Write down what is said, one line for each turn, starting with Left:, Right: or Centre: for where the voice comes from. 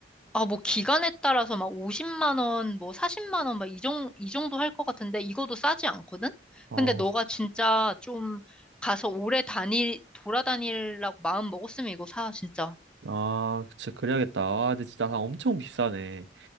Centre: 아, 뭐 기간에 따라서 막 50만 원, 뭐 40만 원, 막 이 정, 이 정도 할 것 같은데 이거도 싸지 않거든?
Right: 어,
Centre: 근데 너가 진짜 좀 가서 오래 다니 돌아다니려고 마음 먹었으면 이거 사, 진짜.
Right: 아, 진짜 그래야겠다. 아, 근데 진짜 다 엄청 비싸네.